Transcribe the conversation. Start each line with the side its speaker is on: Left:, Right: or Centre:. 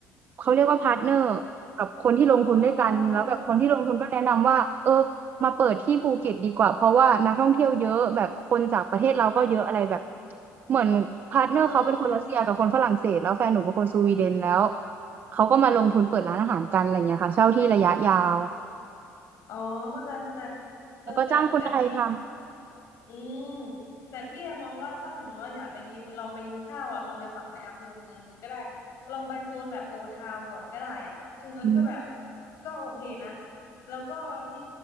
Right: เขาเรียกว่าพาร์ทเนอร์กับคนที่ลงทุนด้วยกันแล้วแบบคนที่ลงทุนก็แนะนำว่าเออ
Left: อ๋อ
Right: มาเปิดที่ภูเก็ตดีกว่าเพราะว่านักท่องเที่ยวเยอะแบบคนจากประเทศเราก็เยอะอะไรแบบเหมือนพาร์ทเนอร์เขาเป็นคนรัสเซียกับคนฝรั่งเศสแล้วแฟนหนูเป็นคนสวีเดนแล้ว
Left: อืมอืมอืม
Right: เขาก็มาลงทุนเปิดร้านอาหารกันอะไรเงี้ยค่ะเช่าที่ระยะยาว
Left: อ๋อเข้าใจเข้าใจเออแต่แต่พี่
Right: แล้วก็จ้างคนไทยท
Left: อืมแต่พี่แอมมองว่าถ้าสมมติว่าอยากไปกินลองไปกินข้าวอ่ะลองไปฝั่งในอำเภอเมืองดูก็ได้ลองไปโซนแบบโอทาวก่อนก็ได้อ่ะโซนนั้นก็แบบ
Right: ำอืม
Left: ก็โอเคนะแล้วก็ที่